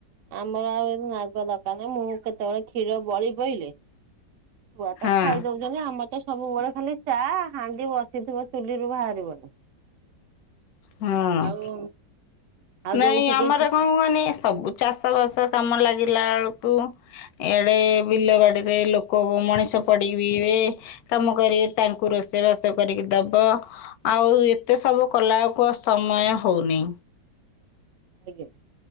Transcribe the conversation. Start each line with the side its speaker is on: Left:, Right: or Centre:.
Right: ଆମର ଆଉ ଏ ନାଗ ଦରକାର ନାହିଁ ମୁଁ କେତେବେଳେ କ୍ଷୀର ବଳି ପଇଲେ ଛୁଆ ତ
Left: ହଁ
Right: ଖାଇ ଦଉଛନ୍ତି ଆମର ତ ସବୁବେଳେ ଖାଲି ଚା ହାଣ୍ଡି ବସିଥିବ ଚୁଲିରୁୁ ବାହାରିବନି।
Left: ହଁ।
Right: ଆଉ ଆଉ
Left: ନାଇଁ
Right: ଯୋଉ ଟିକେ
Left: ଆମର କଣ କୁହନି ସବୁ ଚାଷବାସ କାମ ଲାଗିଲା ବେଳକୁ ଏଡେ ବିଲ ବାଡିରେ ଲୋକ ମଣିଷ ପଡିବିବେ। କାମ କରିବେ ତାଙ୍କୁ ରୋଷେଇବାସ କରିକି ଦବ। ଆଉ ଏତେ ସବୁ କଲା ବେଳକୁ ସମୟ ହଉନି।
Right: ଆଜ୍ଞା।